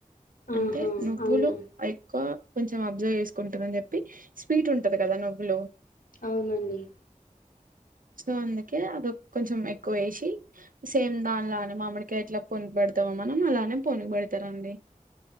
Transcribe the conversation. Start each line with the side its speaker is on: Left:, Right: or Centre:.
Left: ఆహా!
Right: అంటే నువ్వులు
Left: అవునా?
Right: ఎక్కువ కొంచెం అబ్జర్వ్ చేసుకుంటుందని చెప్పి స్వీట్ ఉంటది కదా నువ్వులో
Left: అవునండి
Right: సో అందుకే అద కొంచెం ఎక్కువ వేసి సేమ్ దానిల మామకా ఎట్లా పోన్ ప పెడతామ్మా మలాానే ప పోన్ పెడత ఇస్తార అండి